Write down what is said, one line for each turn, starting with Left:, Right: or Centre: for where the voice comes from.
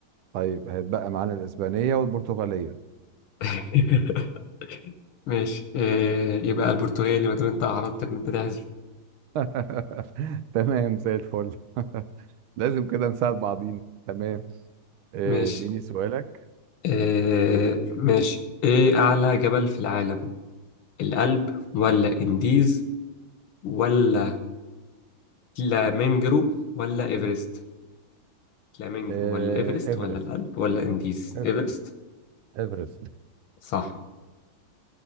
Right: طيب هيتبقى معانا الإسبانية والبرتغالية
Left: <laughs> ماشي آه، يبقى البرتغالي ما دام أنت أعرضت إن أنت تحذف
Right: <laughs> تمام زي الفل <laughs> لازم كده نساعد بعضين تمام آه،
Left: ماشي
Right: اديني سؤالك
Left: آه، ماشي إيه أعلى جبل في العالم الألب ولا إنديز ولا فلامنجرو ولا إيفرست فلامينجو
Right: آه،
Left: ولا ايفرست
Right: ايفرست
Left: ولا الألب ولا انديز
Right: أيوة.
Left: ايفرست
Right: ايفرست
Left: صح